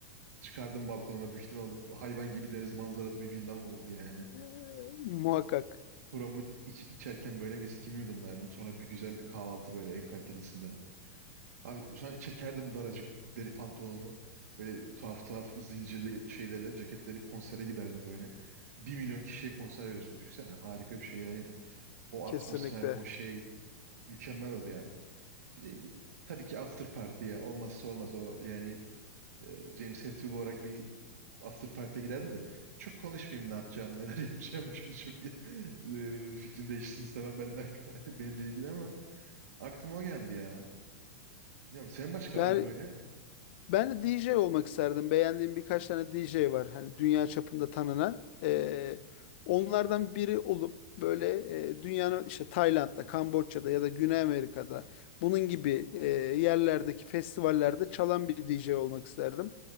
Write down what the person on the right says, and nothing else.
çıkardım balkonuma büyük ihtimal o da hayvan gibi deniz manzaralı bir villam olurdu yani.
Kuramı iç, içerken böyle viskimi yudumlardım. Sonra bir güzel kahvaltı böyle en kalitelisinden. Abi sonra çekerdim daracık deri pantolonu. Böyle tuhaf tuhaf zincirli şeylere, ceketleri konsere giderdim böyle. Bir milyon kişiye konser veriyorsun. Düşünsene harika bir şey yani. O
atmosfer, o şey mükemmel oldu yani. Bir de tabii ki after party ya. Olmazsa olmaz o yani e, James Hetfield olarak bir after party'e giderdim de çok konuşmayayım ne yapacağım neler <laughs> yapacağım şimdi çok iyi. e, fikrim değişsin istemem benimle, <laughs> benimle ilgili ama aklıma o geldi ya. Bilmiyorum senin başka
var mı böyle?